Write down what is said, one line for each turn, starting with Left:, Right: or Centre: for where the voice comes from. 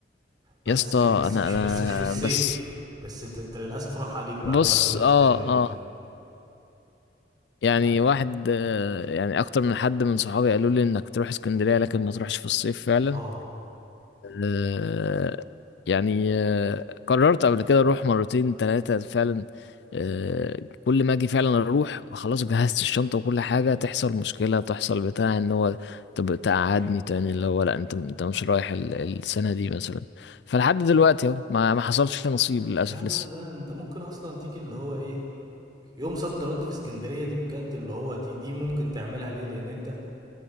Right: بس
Left: يا اسطى
Right: مش بس
Left: أنا
Right: مش
Left: أنا
Right: بس مش في الصيف
Left: بس
Right: بس انت انت للاسف راح عليك بقى
Left: بص
Right: الوقت اللي انت
Left: آه
Right: تعمله
Left: آه يعني
Right: يعني
Left: واحد آه يعني أكتر من حد من صحابي قالوا لي إنك تروح اسكندرية لكن ما تروحش في الصيف فعلا
Right: اه
Left: آه، يعني آه، قررت قبل كده اروح مرتين ثلاثة فعلا آه، كل ما اجي فعلا اروح خلاص جهزت الشنطة وكل حاجة تحصل مشكلة تحصل بتاع ان هو طب تقعدني تاني اللي هو لا انت انت مش رايح ال- السنة دي مثلا فلحد دلوقتي اهو ما ما حصلش نصيب للاسف
Right: لا
Left: لسه
Right: لا لا انت ممكن اصلا تيجي اللي هو ايه يوم صد رد في اسكندريه دي بجد اللي هو دي دي ممكن تعملها ليه لان انت